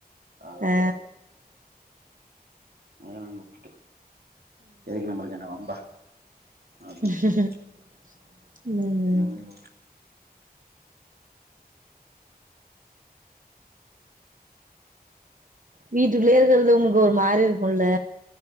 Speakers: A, on the right; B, on the right.
A: அதோட
B: ஆ
A: அத நானு உட்டுட்டே எதுக்கு நம்முளுக்கு என்ன வம்பா. அப்படின்னு
B: ம் ம்.
A: ம்
B: வீட்டுக்குள்ளயே இருக்கறது உங்குளுக்கு ஒரு மாரிருக்குல்ல.